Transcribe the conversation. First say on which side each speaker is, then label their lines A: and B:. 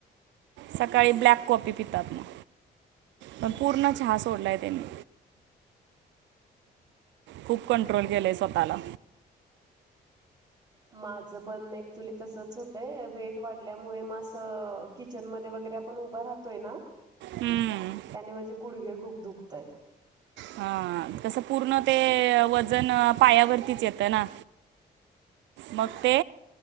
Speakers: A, on the right; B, on the right.
A: सकाळी ब्लॅक कॉपी. पितात मग प पूर्ण छहा सोडला आहे त्यांनी. खूप कंट्रोल केलंय स्वतःला.
B: माझं पण ऍक्च्युली तसंच होतंय वेट वाढल्यामुळे म किचन मध्ये वगैरे आपण उभं राहतोय ना.
A: हम्म.
B: त्याने माझे गुडघे खूप दुखतायत.
A: हा तसं पूर्ण ते वजन पायावरतीच येतं ना. मग ते